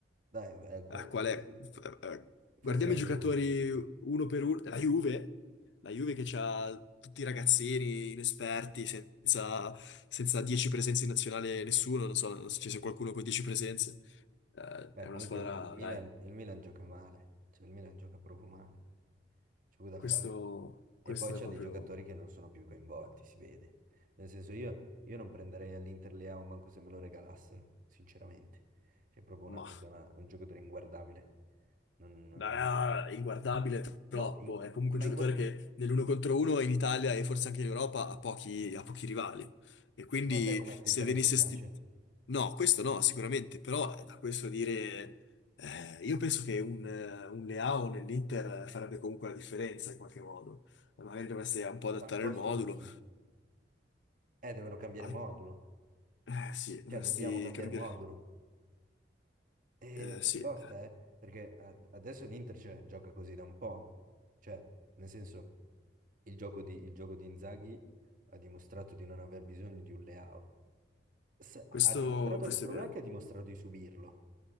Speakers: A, on the right; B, on the left.
A: Dai, eh, que-
B: a quale-
A: forse,
B: f- eh, guardiamo
A: forse la
B: i
A: Juve.
B: giocatori uno per uno, la Juve, la Juve che ha tutti i ragazzini inesperti, senza, senza 10 presenze in nazionale nessuno, non so, non so se ci sia qualcuno con 10 presenze, Eh,
A: Beh,
B: è
A: comunque
B: una squadra,
A: il il Milan,
B: dai,
A: il Milan gioca male, cioè il Milan gioca proprio male. C'è poco da
B: questo,
A: fare.
B: questo
A: E poi c'è
B: è proprio...
A: dei giocatori che non sono più coinvolti, si vede. Nel senso, io, io non prenderei all'Inter Leao manco se me lo regalassero, sinceramente. C'è proprio
B: mah.
A: una persona, un giocatore inguardabile. Non- non-
B: Ah, è inguardabile è troppo.
A: No, in-
B: È comunque
A: ma
B: un giocatore
A: in... guar-
B: che nell'uno contro uno in Italia e forse anche in Europa ha pochi, ha pochi rivali. E quindi
A: sì, ma a te come atteggiamento
B: se venisse...
A: piace?
B: sti- No, questo no, sicuramente, però eh, da questo a dire... eh, io penso che un, eh, un Leao nell'Inter farebbe comunque la differenza in qualche modo. Magari dovreste un po' adattare
A: Al posto
B: il modulo.
A: di chi? Eh, devono cambiare
B: Al-
A: modulo.
B: Eh sì, dovresti
A: Cioè, dobbiamo cambiare
B: cambiare...
A: modulo. Eh,
B: Eh
A: è
B: sì,
A: tosta, eh? Perché a- adesso l'Inter cioè, gioca così da un po'. Cioè, nel senso, il gioco di, il gioco di Inzaghi ha dimostrato di non aver bisogno di un Leao. se-
B: questo
A: ha dimostrato,
B: questo
A: il problema
B: è vero.
A: è che ha dimostrato di subirlo.